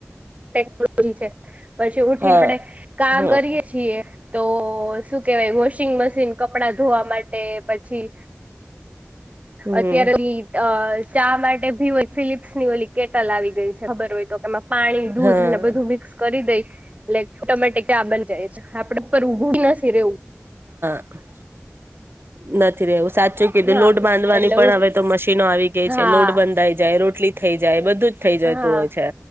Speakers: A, on the right (about 30°); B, on the right (about 55°).
A: ટેકનોલોજી છે પછી ઉઠીને
B: હા
A: આપણે કામ
B: હમ
A: કરીએ છીએ તો શું કેહેવાય વોશિંગ મશીન કપડા ધોવા માટે પછી
B: હમ
A: અત્યારે ચા માટે ભી હોય ફિલિપ્સ ની ઓલી કેટલ આવી ગઈ છે ખબર હોય તો કેમાં પાણી દૂધ
B: હા
A: અને બધું મિક્સ કરી દઈ એટલે ઓટોમેટીક ચા બન કરીએ આપડે પર ઉભું નથી રહેવું
B: હ <unintelligible> નથી રહેવુ સાચું કીધું
A: હા
B: લોડ બાંધવાની
A: એટલે
B: પણ હવે તો મશીનો આવી ગઈ
A: હા
B: છે લોડ બંધાઈ જાય રોટલી થઈ જાય બધું જ થઈ જતું
A: હા
B: હોય છે